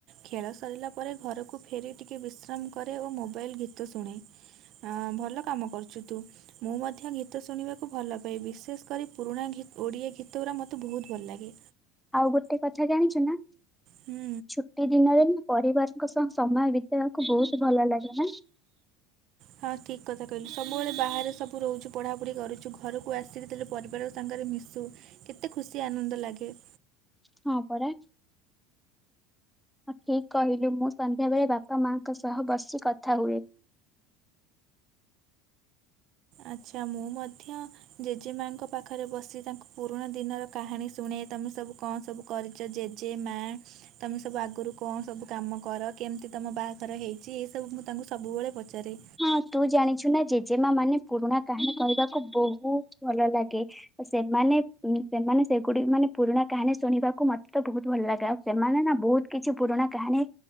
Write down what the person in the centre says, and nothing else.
ଆଉ ଗୋଟେ କଥା ଜାଣିଚୁ ନା।
ଛୁଟି ଦିନରେ ଆମେ ପରିବାରଙ୍କ ସହ ସମୟ ବିତେଇବାକୁ ବହୁତ୍ ଭଲ ଲାଗେ ନା?
ହଁ ପରା। ହଁ ଠିକ୍ କହିଲୁ, ମୁଁ ସନ୍ଧ୍ୟାବେଳେ ବାପା ମାଙ୍କ ସହ ବସି କଥା ହୁଏ।
ହଁ ତୁ ଜାଣିଛୁ ନା ଜେଜେମା ମାନେ ପୁରୁଣା କାହାଣୀ କହିବାକୁ ବହୁତ୍ ଭଲ ଲାଗେ। ସେମାନେ ଉଁ ସେମାନେ ସେଗୁଡି ମାନେ ପୁରୁଣା କାହାଣୀ ଶୁଣିବାକୁ ମତେ ତ ବହୁତ୍ ଭଲ୍ ଲାଗେ, ଆଉ ସେମାନେ ନା ବହୁତ୍ କିଛି ପୁରୁଣା କାହାଣୀ